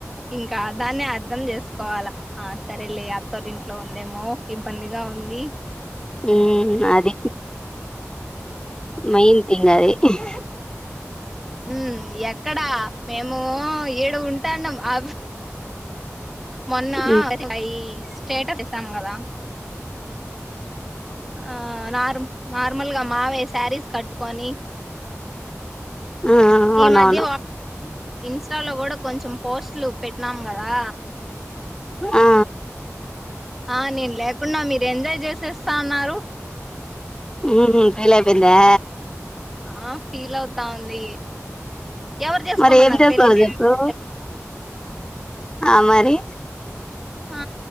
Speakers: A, in the centre; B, on the left.
A: ఇంకా దాన్నే అర్ధం చేసుకోవాల ఆ సరేలే అత్తోలింట్లో ఉం దెమో ఇబ్బందిగా ఉంది
B: ఉమ్ అది మెయిన్ తింగ్ అది హ్
A: మ్ ఎక్కడా మేము ఈడ ఉంటాన్నం అ మొన్న
B: మ్మ్.
A: పై స్టేట్ ఆఫ్ చేసాం కదా ఆ నార్ నార్మల్గా మావే శారీస్ కట్టుకొని
B: ఆ అవునవును
A: ఈ మధ్య వా ఇన్స్టాలో కూడా కొంచెం పోస్ట్లు పెట్టినాం కదా
B: ఆ
A: ఆ నేను లేకున్నా మీరు ఎంజాయ్ చేసేస్తా అన్నారు.
B: ఉహు తల్లయిపోయిందా
A: ఆ ఫీల్ అవుతాంది ఎవరు చేసుకోమన్నారు
B: మరి ఏం చేస్తావు
A: పెళ్ళి మే
B: చెప్పు
A: చెప్పన
B: ఆ మరి
A: ఆ